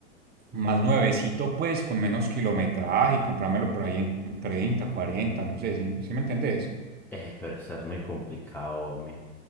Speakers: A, on the right; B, in the centre.
A: Más nuevecito, pues, con menos kilometraje y comprármelo por ahí en treinta cuarenta no sé, ¿sí, sí me entendés?
B: Eh, pero estás muy complicado, hombre.